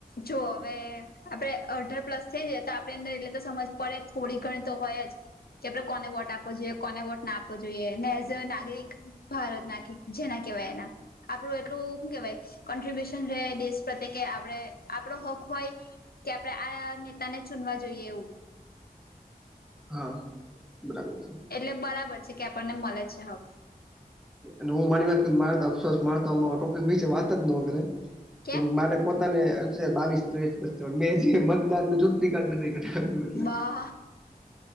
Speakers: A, on the left; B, in the centre.
A: જો હવે આપડે અઢાર પ્લસ થઈ જાય તો આપણે અંદર એટલે તો સમજ પડે જ થોડી ઘણી તો હોય જ કે આપડે કોને વોટ આપવો જોઈએ કોને વોટ ના આપવો જોઈએ એઝ નાગરિક ભારત નાખી જેના કેવાય એના આપડું એટલું શું કેવાય કોન્ટ્રિબ્યુશન રહે દેશ પ્રત્યે કે આપણે આપડો હક હોય કે આપડે આ નેતાને ચૂનવા જોઈએ એવું.
B: હા બરાબર છે.
A: એટલે બરાબર છે કે આપણને મળે છે હક
B: અને હું મારી વાત મારતો અફસોસ મારતો ટોપિક ભી છે વાત જ નો કરે
A: કેમ
B: કે મારે પોતાને બાવીસ ત્રેવીસ મેં જે મતદાન નુ ચૂંટણી કાર્ડ નથી બનાવ્યું એટલે.
A: બા